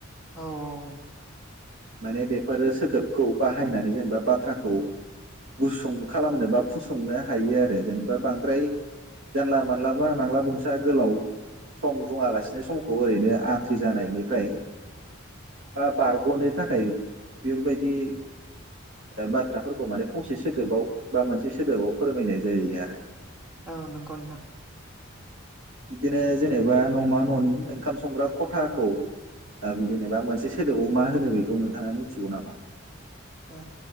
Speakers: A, in the centre; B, on the right.
A: औ औ।
B: माने बेफोरो सोदोबखौ बाहायनानै जेनेबा बाथ्राखौ गुसुं खालामनो बा फुसंनो हायो आरो जेनेबा बांद्राय जानला-मानला बा नांला-बंसाया गोलाव सम बुङालासिनो समखौ ओरैनो आद्रि जानायनिफ्राय बा बारग'नो थाखाय बेफोर बायदि ओ बाथ्राफोरखौ माने फंसे सोदोबाव बा मोनसे सोदोबाव फोरमायनाय जायो आरो।
A: औ नंगौ नोंथां।
B: बिदिनो जेनेबा न'मा न'नि ओंखाम संग्रा खथाखौ ओ बि जेनेबा मोनसे सोदोबाव मा होनो बेखौ नोंथाङा मिथिगौ नामा?
A: ओ